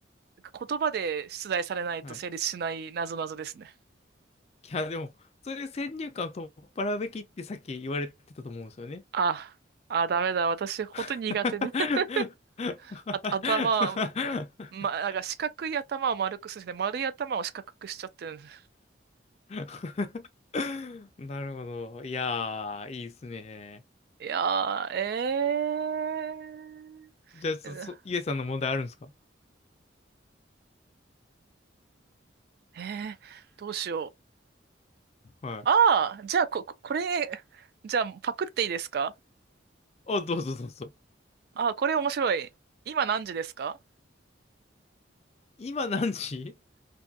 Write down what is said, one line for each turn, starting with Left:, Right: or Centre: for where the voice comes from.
Right: 言葉で出題されないと成立しないなぞなぞですね。
Left: はい。いや、でも、そういう先入観を取っ払うべきってさっき言われてたと思うんですよね。
Right: あ、あ、ダメだ。私、本当に苦手で、
Left: <laughs>
Right: <laughs> あ、頭、ま、なんか四角い頭を丸くするんで丸い頭を四角くしちゃってるんです。
Left: <laughs> なるほど。いやー、いいっすね。
Right: いやー、え
Left: じゃあ、そ、
Right: ー。
Left: そイエさんの問題あるんですか
Right: ええ、どうしよう。
Left: はい。
Right: ああ、じゃあ、こ、これ、じゃあ、パクっていいですか
Left: あ、どうぞどうぞ。
Right: ああ、これ面白い。今何時ですか
Left: 今何時